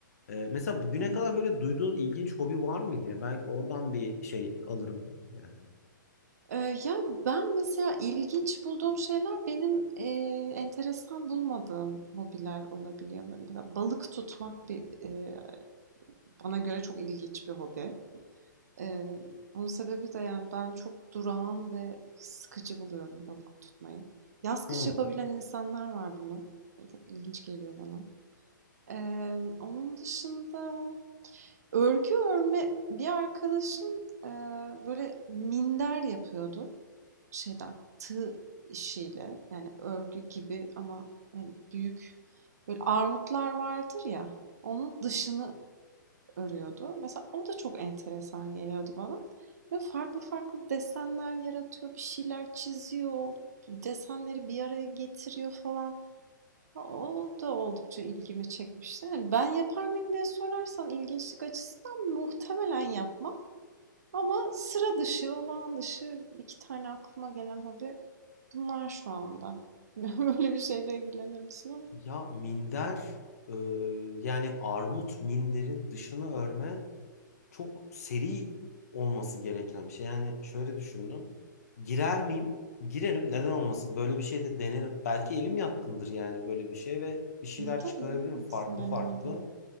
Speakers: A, on the left; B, on the right.
A: Ee, mesela bugüne
B: Hmm.
A: kadar böyle duyduğun ilginç hobi var mıydı ya? Belki oradan bir şey alırım yani.
B: Ee, yani ben mesela ilginç bulduğum şeyler benim e, enteresan bulmadığım hobiler olabiliyor. Mesela balık tutmak bir e, bana göre çok ilginç bir hobi. Eee, onun sebebi de yani ben çok durağan ve sıkıcı buluyorum balık tutmayı. Yaz kış
A: Hmm.
B: yapabilen insanlar var bunu. E, Çok ilginç geliyor bana. Eee, onun dışında örgü örme bir arkadaşım eee, böyle minder yapıyordu şeyden tığ işiyle yani örgü gibi ama hani büyük böyle armutlar vardır ya onun dışını örüyordu. Mesela o da çok enteresan geliyordu bana. Ve farklı farklı desenler yaratıyor, bir şeyler çiziyor, desenleri bir araya getiriyor falan. O da oldukça ilgimi çekmişti. Yani ben yapar mıyım diye sorarsan ilginçlik açısından muhtemelen yapmam. Ama sıra dışı, olağan dışı iki tane aklıma gelen hobi bunlar şu anda. <laughs> Böyle bir şeyle ilgilenir misin ama?
A: Ya minder, e, yani armut minderin dışını örme çok seri olması gereken bir şey. Yani şöyle düşündüm. Girer miyim? Girerim. Neden olmasın? Böyle bir şey de denerim. Belki elim yatkındır yani böyle bir şey ve bir şeyler
B: Tabii
A: çıkarabilirim
B: bilemezsin
A: farklı
B: denemeden.
A: farklı.